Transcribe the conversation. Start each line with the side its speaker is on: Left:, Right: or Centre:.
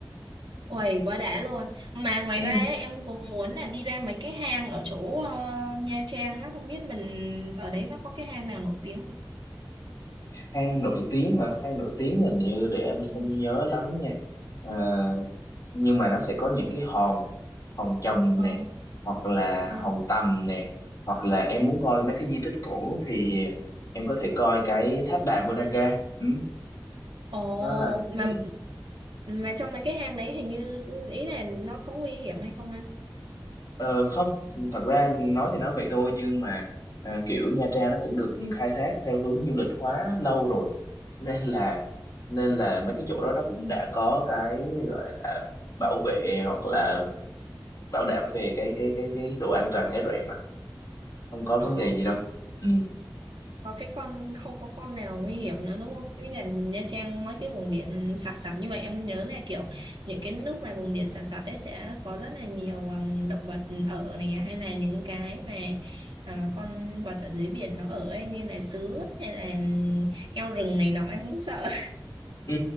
Right: Uầy, quá đã luôn. Mà ngoài
Left: ừ.
Right: ra á, em cũng muốn là đi ra mấy cái hang ở chỗ ờ, Nha Trang á, không biết mình ở đấy nó có cái hang nào nổi tiếng không?
Left: hang nổi tiếng hả hang nổi tiếng hình như để anh
Right: Ừ.
Left: không nhớ lắm nha À, nhưng mà nó sẽ có những cái hòn hòn Chồng
Right: Ờ,
Left: nè hoặc là
Right: ờ.
Left: hòn Tầm nè hoặc là em muốn coi mấy cái di tích cổ thì em có thể coi cái tháp bà Ponagar ừ,
Right: Ồ,
Left: nó là
Right: mà
Left: ừ,
Right: mà trong mấy cái hang đấy hình như ý là nó có nguy hiểm hay không anh?
Left: ờ, không thật ra nói thì nói vậy thôi nhưng mà ờ, kiểu Nha Trang nó cũng được khai thác theo hướng du lịch hóa lâu rồi nên là nên là mấy cái chỗ đó nó cũng đã có cái gọi là bảo vệ hoặc là bảo đảm về cái cái cái cái độ an toàn hết rồi em ạ không có
Right: Ờ.
Left: vấn đề gì đâu ừ.
Right: có cái con không có con nào nguy hiểm nữa đúng không? Như là Nha Trang mấy cái vùng biển sạt sạt như vậy em nhớ là kiểu những cái nước mà vùng biển sạt sạt ấy sẽ có rất là nhiều um, động vật ở này à, hay là những cái mà à, con vật ở dưới biển nó ở ấy như là sứa hay là um, heo rừng này nọ em cũng sợ.
Left: Ừ,